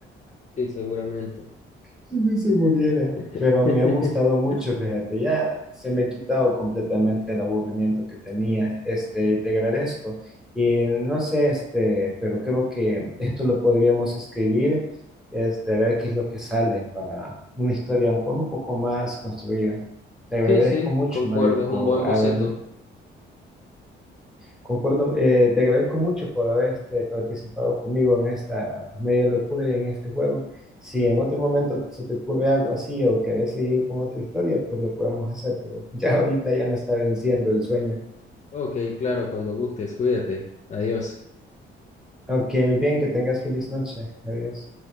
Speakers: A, on the left; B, in the centre.
A: sí, seguramente.
B: si se muriera.
A: <laughs>
B: Pero me ha gustado mucho, fíjate, ya se me ha quitado completamente el aburrimiento que tenía, este, y te agradezco. Y no sé, este, pero creo que esto lo podríamos escribir, este, a ver qué es lo que sale para una historia un poco, un poco más construida. Te agradezco
A: Sí, sí,
B: mucho,
A: concuerdo,
B: Mario,
A: es
B: por
A: un buen boceto.
B: haberme Concuerdo, eh, te agradezco mucho por haber este, participado conmigo en esta pues, media locura y en este juego. Si
A: <laughs>
B: en otro momento se te ocurre algo así o querés seguir con otra historia, pues lo podemos hacer, pero <laughs> ya ahorita ya me está venciendo el sueño.
A: Ok, claro, cuando gustes, cuídate. Adiós.
B: Ok, muy bien, que tengas feliz noche. Adiós.